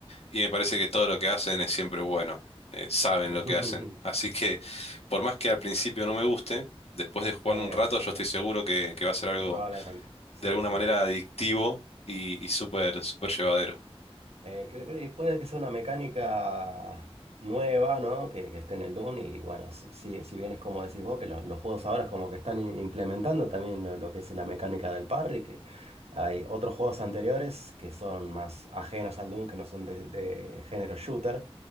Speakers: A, on the left; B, on the right.
A: y me parece que todo lo que hacen es siempre bueno, eh, saben
B: <laughs>
A: lo que hacen. Así que, por más que al principio no me guste, después de jugar
B: Es,
A: un rato, yo estoy seguro que, que va a ser algo
B: probablemente. Sí,
A: de alguna
B: sí.
A: manera adictivo y, y súper, súper llevadero.
B: Eh, creo, creo que puede que sea una mecánica nueva, ¿no? Que, que esté en el Dune y bueno, si, si si bien es como decís vos, que lo- los juegos ahora es como que están i- implementando también lo, lo que es la mecánica del parry, que hay otros juegos anteriores que son más ajenos al Dune, que no son de, de género shooter,